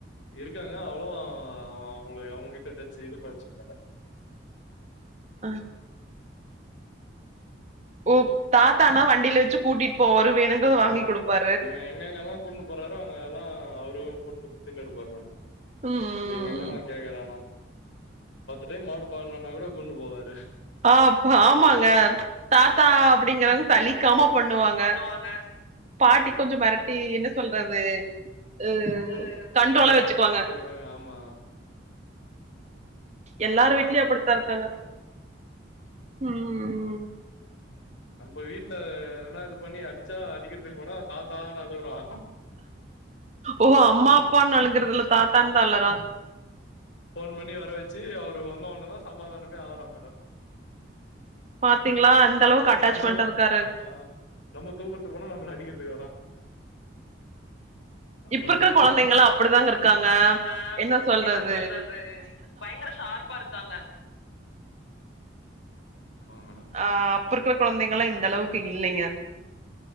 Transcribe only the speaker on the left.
இருக்காங்க அவ்ளோ அவங்க அவங்கிட்ட டச் இது பச்சக்கட்டேன்
ஆ
இவன் எங்கங்கல்லா கூட்ன்னு போறாரோ அவங்க எல்லா அவரு கூட்னு சுத்திட்டு இருப்பாரு மேடம்
எங்க எங்கல்லா கேக்றானோ பத்து டைம் மாடு பாக்கனும்னா கூட கூன்னு போவாரு
ஆ
வாங்க
அஹ்
அதுட்டுவாங்க
செய்வாங்க ஆமா
அதனால
அவன் அங்க
போறது
இல்ல மேடம்
நம்ம வீட்டு்ல வேனா இது பண்ணி அடிச்சா அடிக்கிறதுக்கு போனா தாத்தானு அழுவுரா
போன் பண்ணி வர வச்சு அவரு வந்தவ உன தா சமாதானமே ஆகுறா மேடம்
நம்ம
ஆஹ் நம்ம தூக்கறக்கு போனா நம்மள அடிக்கிறதுக்கு வரா அந்த
மாரி
டைம்ல
க்காங்க
சொல்றது பயங்கர ஷார்ப்பா இருக்காங்க ஆமா மேடம்